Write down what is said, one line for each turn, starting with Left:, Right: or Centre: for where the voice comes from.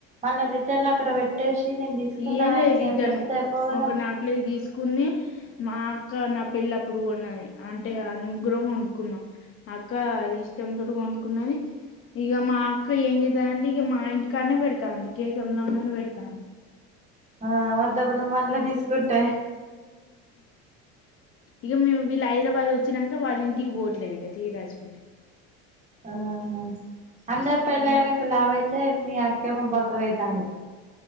Right: మళ్ళ రిటర్నలా అక్కడ పెట్టేసి నేను తీసుకున్నా
Left: ఇయ్యలే
Right: అని
Left: రిటర్ను
Right: అని చెప్తా అయిపో కదా
Left: ఒక నకిలీ తీసుకుంది మా అక్క నా పెళ్లి అప్పుడు కొన్నది. అంటే అ ముగ్గురం కొనుక్కున్నాం. అక్క అది ఇష్టం తోటి కొనుక్కున్నది. ఇక మా అక్క ఏం చేతది అంటే ఇగా మా ఇంటికానే పెడతది. అక్క కేసముద్రం లోనే పెడ్తది.
Right: ఆ వద్దబన మళ్ల తీసుకుంటే
Left: ఇక మేము వీళ్ళ హైదరాబాద్ వచ్చానాక వాళ్ళ ఇంటికి పోవట్లేదు ఇకది రాజగిల్ళ
Right: ఆహా అందరు పెళ్ళయినక
Left: ఆ
Right: లావు అయితే మీ అక్కే మ బక్కగాయితాంది